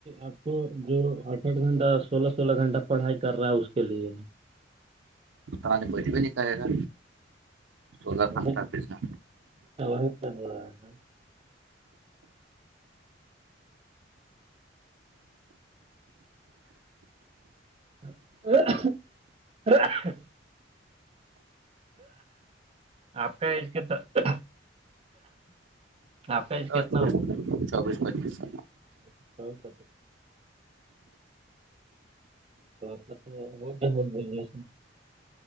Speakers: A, on the right; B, on the right.
A: آپ کو جو اٹھ آٹھ گھنٹہ سولہ سولہ گھنٹہ پڑھائی کر رہا ہے اس کے لیے
B: تو نے بھے بھی نہیں کہے گا سولہ
A: وہ
B: گھنٹہ پیچھے
A: سے و سے بول رہاے <unintelligible> آپ کا ایج ک تو آے کیا
B: چس چوبیس پچیس
A: اچا کون س تو پپا تو ہوگیا ہو گیا